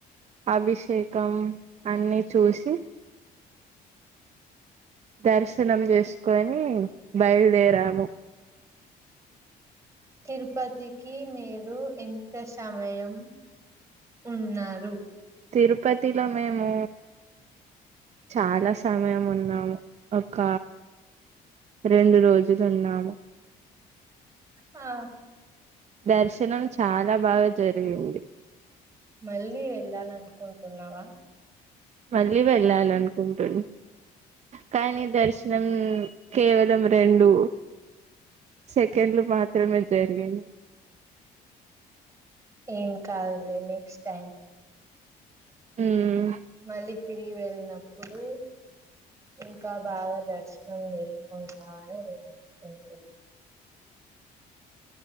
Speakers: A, on the right; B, on the right.
A: అభిష్ అభిషేకం అన్నీ చూసి దర్శనం చేసుకొని బయలుదేరాము
B: తిరుపతికి మీరు ఎంత సమయం ఉన్నారు
A: తిరుపతిలో మేము చాలా సమయం ఉన్నాము ఒక రెండు రోజులున్నాము
B: హా
A: దర్శనం చాలా బాగా జరిగింది
B: మళ్ళీ వెళ్ళాలనుకుంటున్నావా
A: మళ్ళీ వెళ్ళాలనుకుంటున్ కానీ దర్శనం కేవలం రెండు సెకండ్లు మాత్రమే జరిగింది
B: ఏం కాదులే నెక్స్ట్ టైం
A: హ్మ్
B: మళ్ళీ తిరిగి వెళ్ళినప్పుడు ఇంకా బాగా దర్శనం చేసుకుంటావనే అని నేను అనుకుంటున్నా